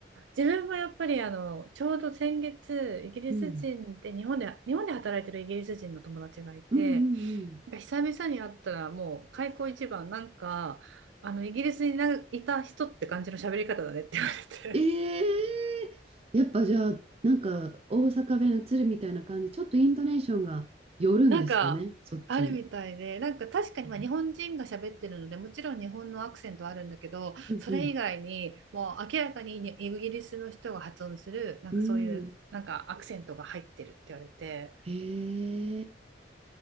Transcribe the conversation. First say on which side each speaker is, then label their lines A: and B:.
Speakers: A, on the right; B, on the right.
A: 自分もやっぱりあのちょうど先月イギリス人で日本で、
B: うん。
A: 日本で働いてるイギリス人の友達がいて
B: うんうんうん。
A: なんか久々に会ったらもう開口一番なんかあのイギリスにないた人って感じの喋り方だねって言われて
B: ええやっぱじゃあ、なんか大阪弁移るみたいな感じ、ちょっとイントネーションが寄るんですかね、
A: <laughs> なんかあるみたいでなんか確かにまあ日本人が喋ってるのでもちろん日本のアクセントはあるんだけどそれ以外にもう明らかににイギリスの人が発音するなんかそういうなんかアクセントが入ってるって言われて。
B: そっちに。うんうん。うん。へえ。